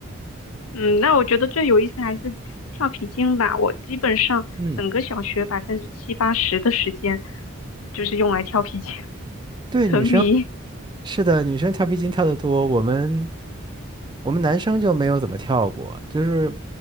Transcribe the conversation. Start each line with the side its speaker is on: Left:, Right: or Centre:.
Left: 嗯，那我觉得最有意思还是跳皮筋吧，我基本上整个小学百分之七八十的时间
Right: 嗯，
Left: 就是用来跳皮筋，<laughs>
Right: 对，
Left: 沉迷。
Right: 女生是的，女生跳皮筋跳得多，我们我们男生就没有怎么跳过，就是